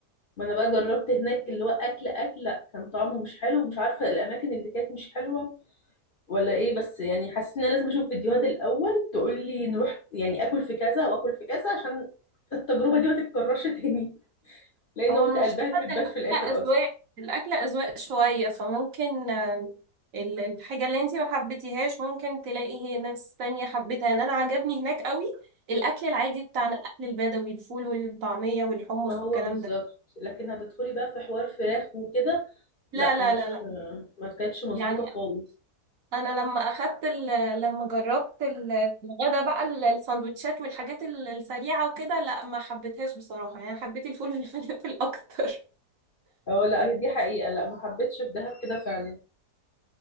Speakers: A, on the left; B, on the right.
A: ما انا بقى جربت هناك اللي هو اكل اكل لا كان طعمه مش حلو ومش عارفه الاماكن اللي كانت مش حلوه ولا ايه بس يعني حسيت ان انا لازم اشوف فيديوهات الاول تقول لي نروح يعني اكل في كذا واكل في كذا عشان التجربه دي ما تتكررش تاني <laughs> لان
B: هو
A: قمت
B: المشكلة
A: قلبها في البات
B: إن الأكل
A: في الاخر
B: أذواق
A: اصلا
B: الأكل أذواق شوية فممكن آه، ال- الحاجة اللي انتي ما حبيتيهاش ممكن تلاقي ناس تانية حبيتها يعني أنا عجبني هناك قوي الأكل العادي بتاعنا الأكل البدوي الفول والطعمية والحمص
A: ما هو
B: والكلام
A: بالظبط
B: ده
A: لكن هتدخلي بقى في حوار فراخ وكده
B: لا
A: لا
B: لا
A: مش
B: لا لا
A: ما كانتش مظبوطة
B: يعني
A: خالص
B: أنا لما أخدت ال- لما جربت ال- الغدا بقى ال- السندوتشات والحاجات ال- السريعة وكده لا ما حبيتهاش بصراحة يعني حبيت الفول والفلافل أكتر
A: اه لا هي دي حقيقة لا ما حبيتش في دهب كده فعلا ما